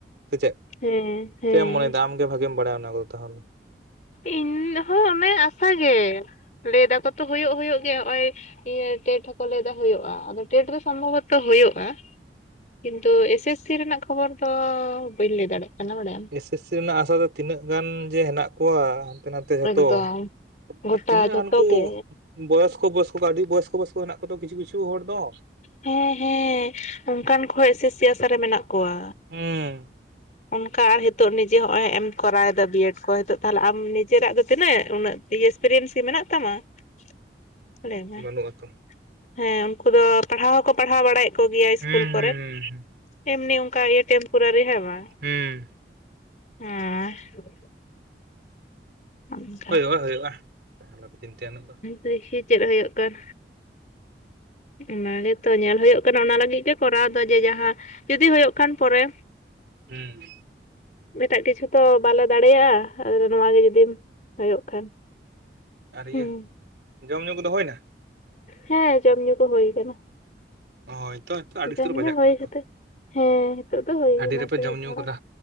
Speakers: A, on the right (about 70°); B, on the left (about 45°).
A: ᱥᱮ ᱪᱮᱫ
B: ᱦᱮᱸ ᱦᱮᱸ
A: ᱪᱮᱫ ᱮᱢ ᱢᱚᱱᱮᱭᱮᱫᱟ ᱟᱢᱜᱮ ᱵᱷᱟᱜᱤᱢ ᱵᱟᱲᱟᱭᱟ ᱚᱱᱟ ᱠᱚᱫᱚ ᱛᱟᱦᱚᱞᱮ?
B: ᱤᱧ ᱦᱚᱸ ᱚᱱᱮ ᱟᱥᱟ ᱜᱮ ᱞᱟᱹᱭ ᱫᱟᱠᱚ ᱛᱚ ᱦᱩᱭᱩᱜ ᱦᱩᱭᱩᱜ ᱜᱮ ᱦᱚᱸᱜᱼᱚᱭ ᱤᱭᱹ ᱴᱮᱴ ᱦᱚᱸᱠᱚ ᱞᱟᱹᱭᱫᱟ ᱦᱩᱭᱩᱜᱼᱟ, ᱟᱫᱚ ᱴᱮᱴ ᱫᱚ ᱥᱚᱢᱵᱷᱚᱵᱚᱛᱚ ᱦᱩᱭᱩᱜᱼᱟ, ᱠᱤᱱᱛᱩ ᱮᱥ ᱥᱮᱥ ᱥᱤ ᱨᱮᱱᱟᱜ ᱠᱷᱚᱵᱚᱨ ᱫᱚ ᱵᱟᱹᱧ ᱞᱟᱹᱭ ᱫᱟᱲᱮᱭᱟᱜ ᱠᱟᱱᱟ ᱵᱟᱲᱟᱭᱟᱢ᱾
A: ᱮᱥᱮᱥ ᱥᱤ ᱨᱮᱱᱟᱜ ᱟᱥᱟ ᱫᱚ ᱛᱤᱱᱟᱹᱜ ᱜᱟᱱ ᱡᱮ ᱦᱮᱸᱱᱟᱜ ᱠᱚᱣᱟ, ᱦᱟᱸᱱᱛᱮ ᱱᱟᱛᱮ ᱡᱷᱚᱛᱚ
B: ᱮᱠᱫᱚᱢ ᱜᱚᱴᱟ
A: ᱟᱨ ᱛᱤᱱᱟᱹᱜ
B: ᱡᱷᱚᱛᱚ
A: ᱦᱟᱸᱱᱠᱩ
B: ᱜᱮ
A: ᱵᱚᱭᱚᱥᱠᱚ ᱵᱚᱭᱚᱥᱠᱚ ᱟᱹᱰᱤ ᱵᱚᱭᱚᱥᱠᱚ ᱵᱚᱭᱚᱥᱠᱚ ᱦᱮᱸᱱᱟᱜ ᱠᱚᱫᱚ ᱠᱤᱪᱷᱩ ᱠᱤᱪᱷᱩ ᱦᱚᱲ ᱫᱚ
B: ᱦᱮᱸ ᱦᱮᱸ ᱚᱱᱠᱟᱱ ᱠᱚᱦᱚᱸ ᱮᱥᱮᱥ ᱥᱤ ᱟᱥᱟᱨᱮ ᱢᱮᱱᱟᱜ ᱠᱚᱣᱟ᱾
A: ᱦᱩᱸ ᱾
B: ᱚᱱᱠᱟ ᱟᱨ ᱱᱤᱛᱚᱜ ᱱᱤᱡᱮ ᱦᱚᱸᱼᱚᱭ ᱦᱮᱸᱮᱢ ᱠᱚᱨᱟᱣᱮᱫᱟ ᱵᱤᱭᱮᱰ ᱠᱚ ᱱᱤᱛᱚᱜ ᱛᱟᱦᱚᱞᱮ ᱟᱢ ᱱᱤᱡᱼᱼ <unintelligible> ᱫᱚ ᱛᱤᱱᱟᱹᱜ ᱩᱱᱟᱹᱜ ᱮᱠᱥᱯᱨᱤᱭᱮᱱᱥ ᱠᱤ ᱢᱮᱱᱟᱜ ᱛᱟᱢᱟ <inaudible> ᱞᱟᱹᱭ ᱢᱮ?
A: ᱵᱟᱹᱱᱩᱜ ᱟᱛᱚ
B: <inaudible> ᱦᱮᱸ ᱩᱱᱠᱩ ᱫᱚ ᱯᱟᱲᱦᱟᱣ ᱦᱚᱸᱠᱚ ᱯᱟᱲᱦᱟᱣ ᱵᱟᱲᱟᱭᱮᱫ ᱠᱚ ᱜᱮᱭᱟ ᱤᱥᱠᱩᱞ
A: ᱦᱩᱸ
B: ᱠᱚᱨᱮ
A: ᱦᱩᱸ
B: ᱾
A: ᱦᱩᱸ ᱦᱩᱸ
B: ᱮᱢᱱᱤ ᱚᱱᱠᱟ ᱤᱭᱟᱹ ᱴᱮᱢᱯᱳᱨᱟᱨᱤ ᱦᱮᱸ ᱵᱟᱝ?
A: ᱦᱩᱸ ᱾
B: ᱦᱮᱸ ᱾ ᱚᱱᱠᱟ
A: ᱦᱩᱭᱩᱜᱼᱟ ᱦᱩᱭᱩᱜᱼᱟ, ᱚᱠᱚᱭ ᱦᱚ ᱟᱞᱯᱮ ᱪᱤᱱᱛᱟᱹᱭᱟ ᱩᱱᱟᱹᱜ ᱫᱚ ᱾
B: ᱫᱤᱠᱷᱤ ᱪᱮᱫ ᱦᱩᱭᱩᱜ ᱠᱟᱱ᱾ ᱚᱱᱟ ᱜᱮᱛᱚ ᱧᱮᱞ ᱦᱩᱭᱩᱜ ᱠᱟᱱᱟ ᱚᱱᱟ ᱞᱟᱹᱜᱤᱫ ᱜᱮ ᱠᱚᱨᱟᱣ ᱫᱚ ᱡᱮ ᱡᱟᱦᱟᱸ ᱡᱩᱫᱤ ᱦᱩᱭᱩᱜ ᱠᱷᱟᱱ ᱯᱚᱨᱮ᱾
A: ᱦᱩᱸ
B: ᱮᱴᱟᱜ ᱠᱤᱪᱷᱩ ᱛᱚ ᱵᱟᱞᱮ ᱫᱟᱲᱮᱭᱟᱜᱼᱟ ᱱᱚᱣᱟ ᱜᱮ ᱡᱩᱫᱤᱢ ᱦᱩᱭᱩᱜ ᱠᱷᱟᱱ᱾
A: ᱟᱨ
B: ᱦᱩᱸ
A: ᱤᱭᱟᱹ ᱡᱚᱢ ᱧᱩ ᱠᱚᱫᱚ ᱦᱩᱭᱮᱱᱟ?
B: ᱦᱮᱸ ᱡᱚᱢ ᱧᱩ ᱠᱚ ᱦᱳᱭ ᱠᱟᱱᱟ᱾
A: ᱦᱳᱭᱛᱚ ᱛᱳ ᱟᱹᱰᱤ
B: ᱡᱚᱢ
A: ᱩᱥᱛᱟᱹᱨ ᱵᱟᱡᱟᱜ
B: ᱧᱩ ᱦᱩᱭ
A: ᱠᱟᱱᱟ
B: ᱠᱟᱛᱮᱜ
A: ᱛᱚ᱾
B: ᱦᱮᱸ ᱱᱤᱛᱚᱜ ᱫᱚ ᱦᱳᱭ
A: ᱟᱹᱰᱤ
B: ᱠᱟᱱᱟ
A: ᱨᱮᱯᱮ
B: ᱛᱟᱭᱚᱢ
A: ᱡᱚᱢ ᱧᱩ
B: ᱦᱟᱲᱟᱜ
A: ᱠᱟᱫᱟ